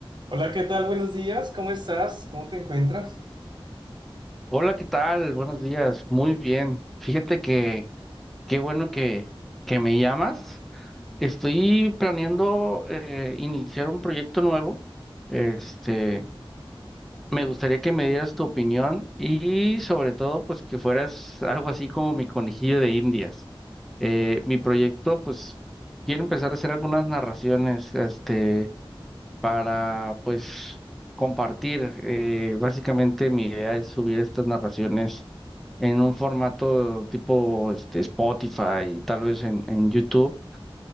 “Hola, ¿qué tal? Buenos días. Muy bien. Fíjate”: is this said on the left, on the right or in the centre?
Centre